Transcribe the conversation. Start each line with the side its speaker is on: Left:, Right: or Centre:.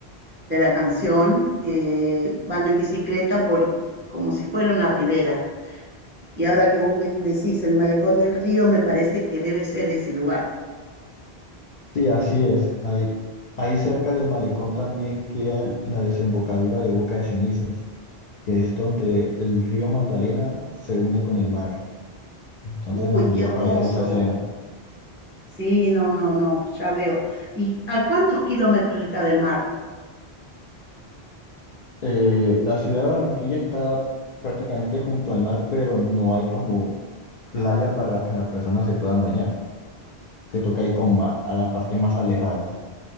Right: de la canción, que van en bicicleta por como si fuera una ribera. Y ahora que vos me decís el malecón del río, me parece que debe ser ese lugar.
Left: Sí, así es. Ahí, ahí cerca del malecón también queda la desembocadura de Boca de Cenizas, que es donde el río Magdalena se une con el mar. Entonces
Right: Uy,
Left: en el video
Right: qué hermoso.
Left: aparece esa escena.
Right: Sí, no, no, no, ya veo. ¿Y a cuántos kilómetros está del mar?
Left: Eh, la ciudad de Barranquilla está prácticamente junto al mar, pero no hay como playa para que las personas se puedan bañar, que toca ir con ma- a las partes más alejadas.